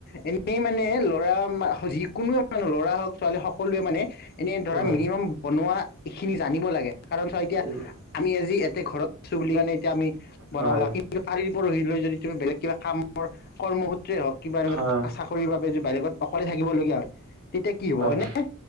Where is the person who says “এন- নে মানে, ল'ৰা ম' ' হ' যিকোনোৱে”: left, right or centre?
Left